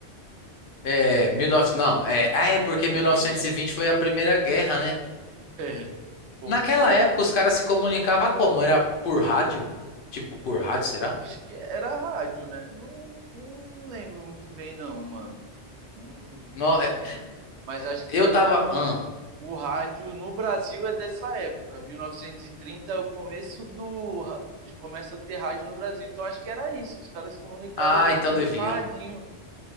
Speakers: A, on the left; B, on the right.
A: É, mil e novecentos
B: por
A: Não,
B: aí,
A: é, ah, é porque
B: Primeira
A: mil novecentos
B: Guerra.
A: e vinte foi a Primeira Guerra, né?
B: É. Ou
A: Naquela
B: se foi,
A: época
B: na-
A: os caras se comunicavam como? Era por rádio? Tipo, por rádio, será?
B: acho que era rádio, né? Não, não lembro muito bem, não, mano. Não-
A: Não,
B: não-
A: é,
B: mas acho
A: eu
B: que era
A: tava... Ah,
B: o rádio no Brasil é dessa época, 1930 é o começo do começa a ter rádio no Brasil. Então acho que era isso, os caras se comunicavam
A: ah,
B: já
A: então
B: tinha
A: devia.
B: os radinho.